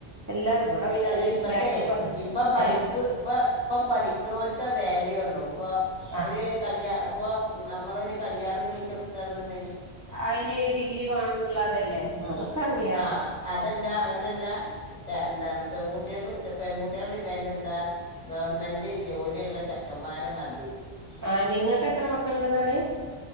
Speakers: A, on the right; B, on the left.
A: എല്ലാരും ഇവിടെ പിന്നെ
B: അല്ല
A: അത്
B: ഇപ്പത്തേ
A: ബാക്ക്ക്ക് വന്നല്ലേ
B: ഇപ്പ പഠിപ്പ്‌
A: ഏഹ്
B: ഇപ്പൊ ഇപ്പ പഠിക്കണോർ ഒക്കെ വാലിയൂ ഉള്ളൂ ഇപ്പൊ
A: ആഹ്
B: ഒരു കല്യാണം ഇപ്പ നമ്മളൊരു കല്യാണം കഴിച്ച കൊടുക്കയാണെങ്കിൽ
A: അയിന് ഈ ഡിഗ്രി വേണംന്നുള്ളതല്ലേ അറിയാ
B: ആ അതല്ല അങ്ങനല്ല ഇതെ എന്താണ് പെൺകുട്ടികക്ക് പെൺകുട്ടികളുടെ ഡിമാന്റെന്താ ഗവൺമെന്റ് ജോലിയുള്ള ചെക്ക കുമാരമതി
A: ആഹ് നിങ്ങക്ക് എത്ര മക്കളുണ്ട്ന്നർഞ്ഞ്